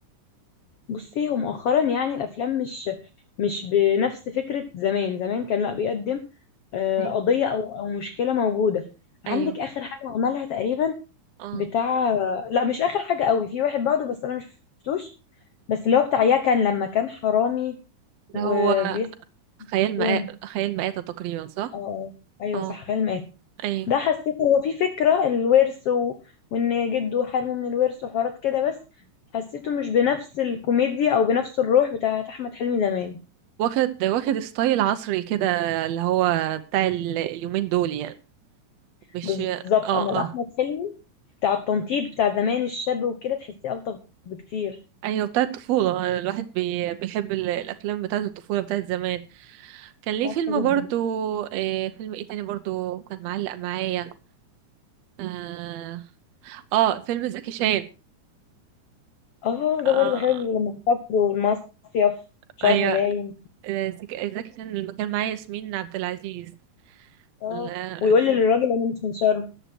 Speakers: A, on the left; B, on the right.
A: بصي هو مؤخرا يعني الافلام مش مش بنفس فكره زمان زمان كان لا بيقدم آه،
B: أيوه
A: قضيه او او مشكله موجوده عندك
B: أيوه
A: اخر حاجه عملها تقريبا
B: اه
A: بتاع لا مش اخر حاجه قوي في واحد بعده بس انا مش شفتوش بس اللي هو بتاع يكن لما كان حرامي وبيسمع
B: ده هو خيال
A: أم كلثوم
B: مآتة خيال مآتة تقريبا صح؟
A: اه آه، ايوه
B: اه
A: صح خال مات
B: أيوه
A: ده حسيت هو في فكرة الورث و... وان جده حرمه من الورث وحوارات كده بس حسيته مش بنفس الكوميديا او بنفس الروح بتاعت احمد حلمي زمان
B: واخد واخد ستايل عصري كده اللي هو بتاع ال- اليومين دول يعني مش
A: بالظبط
B: اه
A: اما
B: اه
A: احمد حلمي بتاع التنطيط بتاع زمان الشاب وكده تحسيه الطف بكتير
B: ايوه بتاع الطفولة آه، الواحد بي... بيحب ال- الافلام بتاعة الطفولة بتاعة زمان كان ليه
A: صح
B: فيلم
A: جدا
B: برضو آه فيلم ايه تاني برضو كان معلق معايا اه, آه فيلم زكي شان
A: اه
B: آه
A: ده برضه حلو لما سافروا المصيف شرم
B: ايوه
A: باين
B: آه، زك- زكي شان اللي كان معايا ياسمين عبد العزيز
A: اه
B: ال- الفيلم-
A: ويقول للراجل انا مش من شرم